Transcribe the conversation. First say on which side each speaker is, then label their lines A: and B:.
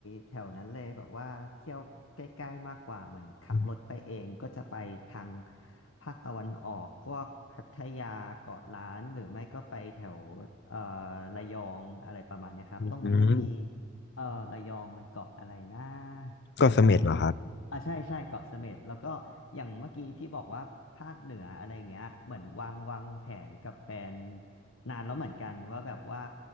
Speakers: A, on the left (about 75°); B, on the left (about 55°).
A: แถวนั้นเลยแบบว่าเที่ยวใกล้ๆมากกว่าเหมือนขับรถไปเองก็จะไปทาง
B: อืม
A: ภาคตะวันออกพวกพัทยาเกาะล้านหรือไม่ก็ไปแถวเอ่อระยองอะไรประมาณเนี้ยครับตรงนั้นมันมี
B: อืม
A: เอ่อระยองมันเกาะอะไรนะ
B: เกาะเสม็ดเหรอครับ
A: จำได้ไหมอ่าใช่ใช่เกาะเสม็ดแล้วก็อย่างเมื่อกี้ที่บอกว่าภาคเหนืออะไรอย่างเงี้ยเหมือนวางวางแผนกับแฟน นานแล้วเหมือนกันว่าแบบว่า